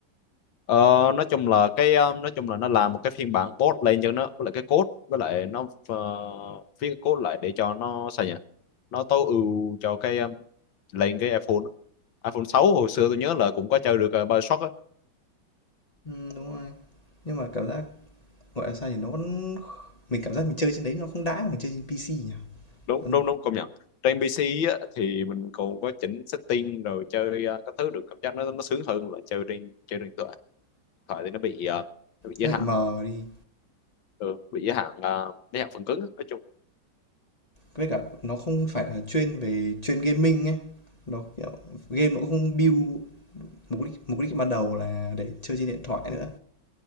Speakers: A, on the left; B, on the left.
A: Ờ, nói chung là cái ờ, nói chung là nó làm một cái phiên bản post lên cho nó với lại cái code với lại nó ờ, viết cái code lại để cho nó sao nhỉ nó tối ưu cho cái ờ, lên cái iPhone á. iPhone 6 hồi xưa tôi nhớ là cũng có chơi được uh, BioShock á
B: Ừm, đúng rồi. Nhưng mà cảm giác gọi là sao nhỉ? Nó vẫn mình cảm giác mình chơi trên đấy nó không đã bằng chơi trên PC nhỉ?
A: đúng
B: Nó,
A: đúng đúng công nhận trên PC á, thì mình còn có chỉnh setting rồi chơi ờ, các thứ được cảm giác nó nó sướng hơn là chơi trên chơi trên điện thoại Điện thoại thì nó bị ờ, nó bị giới
B: nó bị
A: hạn
B: mờ đi.
A: ừ, bị giới hạn ờ, giới hạn phần cứng á, nói chung
B: Với cả nó không phải là chuyên về chuyên gaming ấy. Nó kiểu game nó cũng không build mục đích mục đích ban đầu là để chơi trên điện thoại nữa.